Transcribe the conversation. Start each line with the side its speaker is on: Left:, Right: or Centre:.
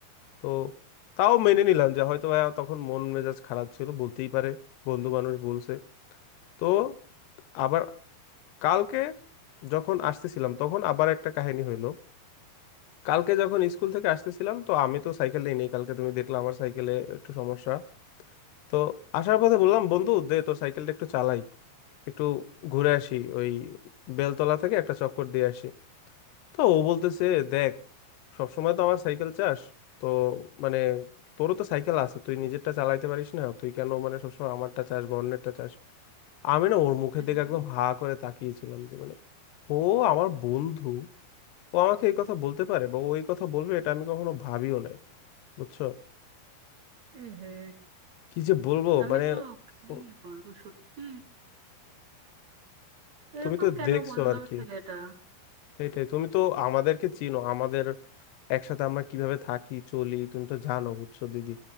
Left: তো তাও মেনে নিলাম যে হয়তো বা তখন মন মেজাজ খারাপ ছিল বলতেই পারে বন্ধু মানুষ বলছে তো আবার কালকে যখন আসতেছিলাম তখন আবার একটা কাহিনী হইলো কালকে যখন স্কুল থেকে আসতেছিলাম তো আমি তো সাইকেল নিয়ে নেই কালকে তুমি দেখলে আমার সাইকেলে একটু সমস্যা তো আসার পথে বললাম বন্ধু দে তোর সাইকেলটা একটু চালাই একটু ঘুরে আসি ওই বেলতলা থেকে একটা চক্কর দিয়ে আসি তো ও বলতেছে দেখ সবসময় তো আমার সাইকেল চাস তো মানে তোরও তো সাইকেল আছে তুই নিজেরটা চালাইতে পারিস না তুই কেন মানে সবসময় আমারটা চাস বা অন্যেরটা চাস আমি না ওর মুখের
Right: এহে
Left: দিকে একদম হা করে তাকিয়েছিলাম যে মানে ও আমার বন্ধু ও আমাকে এই কথা বলতে পারে বা ও এই কথা বলবে এটা আমি কখনো ভাবিও নাই বুঝছো
Right: এহে
Left: কি যে বলবো
Right: আমি
Left: মানে
Right: তো কি
Left: ও-
Right: বলবো সত্যি এরকম
Left: তুমি তো
Right: কেন
Left: দেখছো
Right: বললো
Left: আর কি
Right: ছেলেটা
Left: সেটাই তুমি তো আমাদেরকে চিনো আমাদের একসাথে আমরা কিভাবে থাকি চলি তুমি তো জানো বুঝছো দিদি